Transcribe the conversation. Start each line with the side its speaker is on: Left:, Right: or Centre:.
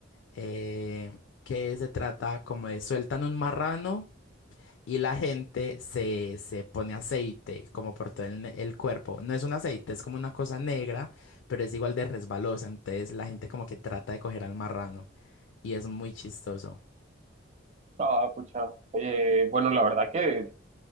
Left: eh, que se trata como de sueltan un marrano y la gente se, se pone aceite como por todo el, ne- el cuerpo. No es un aceite, es como una cosa negra, pero es igual de resbalosa. Entonces la gente como que trata de coger al marrano y es muy chistoso.
Right: Ah, pucha. Eh, bueno, la verdad que